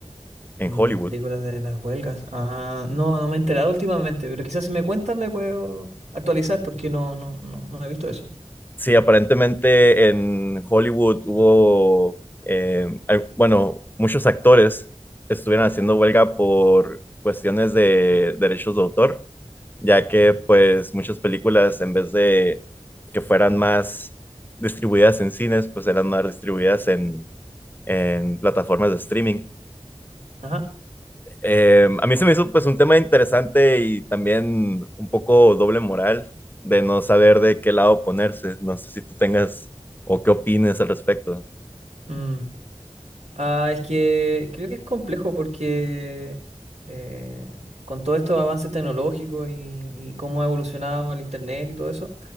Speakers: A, on the left; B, on the right.
A: en
B: Mm,
A: Hollywood.
B: películas de las huelgas. Ah, no, no me he enterado últimamente, pero quizás si me cuentas me puedo actualizar porque no, no, no, no he visto eso.
A: Sí, aparentemente en Hollywood hubo, eh, al- bueno, muchos actores estuvieron haciendo huelga por cuestiones de derechos de autor ya que pues muchas películas en vez de que fueran más distribuidas en cines, pues eran más distribuidas en, en plataformas de streaming.
B: Ajá.
A: Eh, a mí se me hizo pues un tema interesante y también un poco doble moral de no saber de qué lado ponerse. No sé si tú tengas o qué opines al respecto.
B: Mm. Ah, es que creo que es complejo porque eh, con todos estos avances tecnológicos y, y cómo ha evolucionado el internet y todo eso,